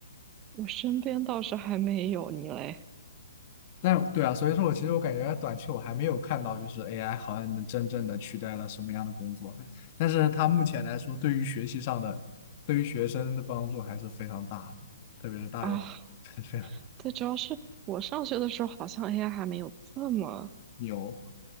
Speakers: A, on the right; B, on the left.
A: 我身边倒是还没有你嘞
B: 但对啊，所以说我其实我感觉短期我还没有看到，就是 AI 好像能真正的取代了什么样的工作的。但是它目前来说，对于学习上的，对于学生的帮助还是非常大的，特别是大学，
A: 啊，
B: <laughs> 非常大
A: 对，主要是我上学的时候，好像 AI 还没有这么。
B: 牛。